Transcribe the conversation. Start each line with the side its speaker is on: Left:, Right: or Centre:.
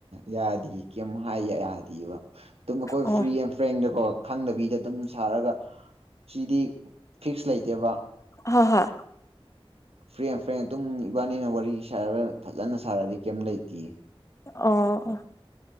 Right: ꯌꯥꯗꯤ ꯀꯩꯝ ꯍꯥꯏ ꯌꯥꯗꯤꯕ ꯑꯗꯨꯝ ꯑꯈꯣꯏ
Left: ꯑꯣ
Right: ꯐ꯭ꯔꯤ ꯑꯦꯟ ꯐ꯭ꯔꯦꯡꯇꯀꯣ ꯈꯪꯗꯕꯤꯗ ꯑꯗꯨꯝ ꯁꯥꯔꯒ ꯁꯤꯗꯤ ꯐꯤꯛꯁ ꯂꯩꯇꯦꯕ
Left: ꯍꯣꯏ ꯍꯣꯏ
Right: ꯐ꯭ꯔꯤ ꯑꯦꯟ ꯐ꯭ꯔꯦꯡ ꯑꯗꯨꯝ ꯏꯕꯥꯅꯤꯅ ꯋꯥꯔꯤ ꯁꯥꯔꯒ ꯐꯖꯅ ꯁꯥꯔꯗꯤ ꯀꯩꯝ ꯂꯩꯇꯤꯌꯦ
Left: ꯑꯣ ꯑꯣ